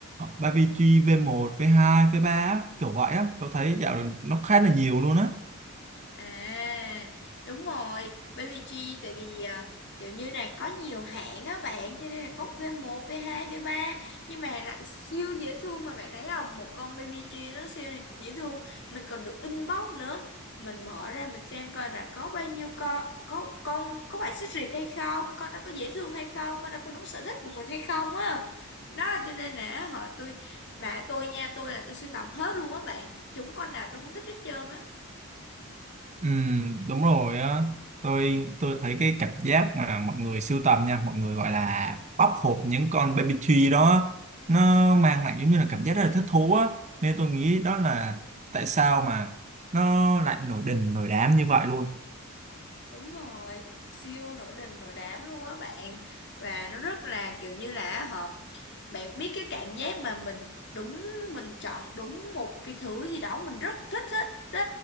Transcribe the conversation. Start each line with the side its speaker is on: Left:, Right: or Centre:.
Right: BBG v một v hai v ba á, kiểu vậy á tôi thấy dạo này nó khá là nhiều luôn á
Left: À, đúng rồi, Baby G tại vì à, kiểu như là có nhiều hãng á bạn cho nên là có v một v hai v ba nhưng mà lại siêu dễ thương mà bạn thấy không? Một con Baby G nó siêu dễ thương, mình còn được inbox nữa. Mình mở ra mình xem coi là có bao nhiêu con, có con có phải xích rịt hay không, con đó có dễ thương hay không, con đó có đúng sở thích của mình hay không á. Đó cho nên là họ tôi bà tôi nha, tôi là tôi sưu tầm hết luôn á bạn. Chúng con nào tôi cũng thích hết trơn á.
Right: ừ, đúng rồi á tôi tôi thấy cái cảm giác mà mọi người sưu tầm nha mọi người gọi là bóc hộp những con baby tree đó á, nó mang lại giống như là cảm giác rất là thích thú á nên tôi nghĩ đó là tại sao mà nó lại nổi đình nổi đám như vậy luôn
Left: Đúng rồi, siêu nổi đình nổi đám luôn á bạn Và nó rất là kiểu như là hợp Bạn biết cái cảm giác mà mình đúng Mình chọn đúng một cái thứ gì đó Mình rất thích thích đó